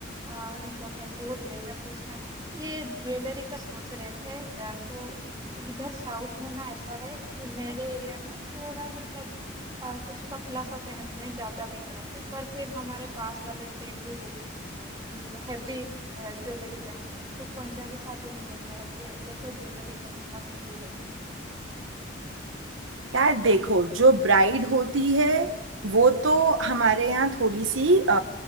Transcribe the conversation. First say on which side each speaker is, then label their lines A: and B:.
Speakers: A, on the right; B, on the right.
A: आ, इम्पोर्टेंट भूल गई मैं पूछना ये ज्वेलरी का सोच रहे थे अ, तो इधर साउथ में ना ऐसा है कि मेरे एरिया में थोड़ा मतलब अ, कुछ पतला सा पहनते हैं ज्यादा नहीं पहनते पर फिर हमारे पास वाले स्टेट ही बहुत हैवी ज्वेलरी पहनते हैं तो पंजाबी शादी में कैसा है कि कैसे ज्वेलरी खरीदना सही रहेगा
B: यार देखो जो ब्राइड होती है वो तो हमारे यहाँ थोड़ी सी अ,